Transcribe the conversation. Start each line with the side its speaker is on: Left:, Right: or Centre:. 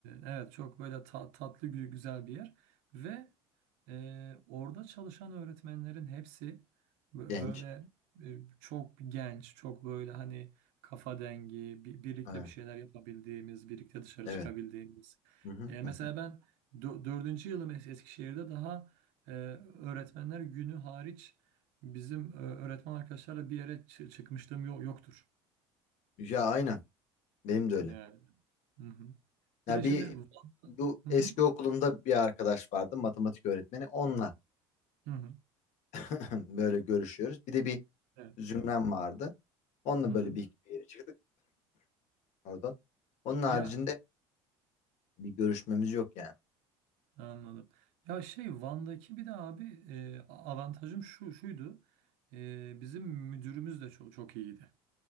Right: evet çok böyle ta- tatlı gü- güzel bir yer ve ee, orada çalışan öğretmenlerin hepsi bö-
Left: Genç.
Right: böyle e, çok genç, çok böyle hani kafa dengi, bi- birlikte
Left: Ha,
Right: bir şeyler yapabildiğimiz, birlikte dışarı
Left: Evet.
Right: çıkabildiğimiz.
Left: Hı hı,
Right: Ee, mesela
Left: hı hı.
Right: ben dö- dördüncü yılım Es- Eskişehir'de daha e, öğretmenler günü hariç bizim e, öğretmen arkadaşlarla bir yere çı- çıkmışlığım yo- yoktur.
Left: Ya aynen. Benim de öyle.
Right: Yani. Hı hı.
Left: Ya
Right: Bir de şimdi
Left: bir
Right: Van-
Left: bu
Right: Hı
Left: eski
Right: hı.
Left: okulumda bir arkadaş vardı matematik öğretmeni. Onunla
Right: Hı hı.
Left: <laughs> böyle görüşüyoruz. Bir de bir
Right: Evet.
Left: zümrem vardı. Onunla
Right: Hı hı.
Left: böyle bir, iki bir yere çıktık oradan. Onun haricinde
Right: Ya
Left: bir görüşmemiz yok yani.
Right: Anladım. Ya şey Van'daki bir de abi e, avantajım şu şuydu. E, bizim müdürümüz de çok çok iyiydi.